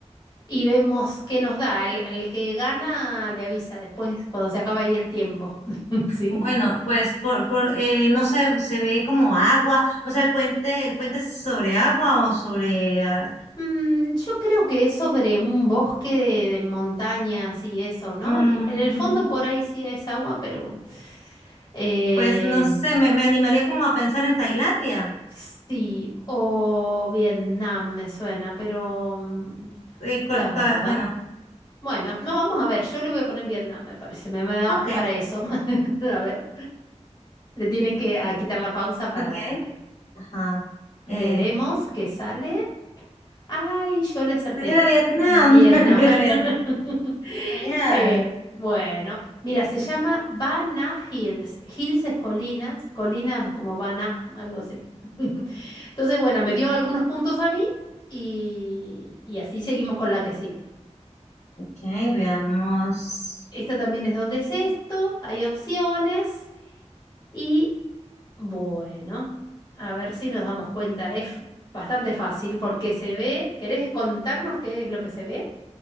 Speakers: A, on the left (about 35°); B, on the left (about 70°).
A: y vemos qué nos da. El, el que gana le avisa después cuando se acaba ahí el tiempo. <laughs> ¿Sí?
B: Bueno, pues por, por eh, no sé, se ve como agua, o sea, el puente, el puente es sobre agua o sobre, ah,
A: Mm, yo creo que es sobre un bosque de, de montañas y eso, ¿no?
B: mm,
A: Y en el fondo por ahí sí es agua, pero... em,
B: pues no sé, me, me animaría como a pensar en Tailandia.
A: Sí, o Vietnam me suena, pero mm,
B: Eh, cua-
A: la verdad.
B: cua- bueno,
A: Bueno, no vamos a ver, yo le voy a poner Vietnam, me parece, me, me da
B: okay,
A: para eso. <laughs> A ver, le tienes que a quitar la pausa para...
B: okay, ajá.
A: Veremos
B: Eh,
A: qué sale. Ay, yo le acerté.
B: pues era Vietnam,
A: Vietnam.
B: <laughs> era Vietnam.
A: <laughs>
B: Genial.
A: Eh, bueno, mira, se llama Bana Hills. Hills es colinas, colinas como Bana, algo así. <laughs> Entonces, bueno, me dio algunos puntos a mí y, y así seguimos con la que sigue.
B: Okay, veamos.
A: Esta también es donde es esto, hay opciones y bueno, a ver si nos damos cuenta. Es bastante fácil porque se ve. ¿Querés contarnos qué es lo que se ve?